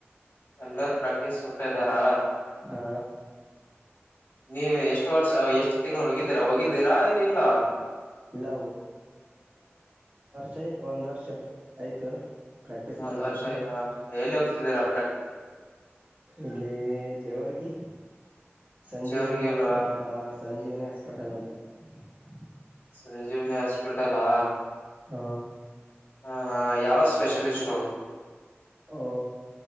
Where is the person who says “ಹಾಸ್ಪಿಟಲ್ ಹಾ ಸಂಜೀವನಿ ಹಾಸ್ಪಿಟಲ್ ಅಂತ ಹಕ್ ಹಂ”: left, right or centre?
Right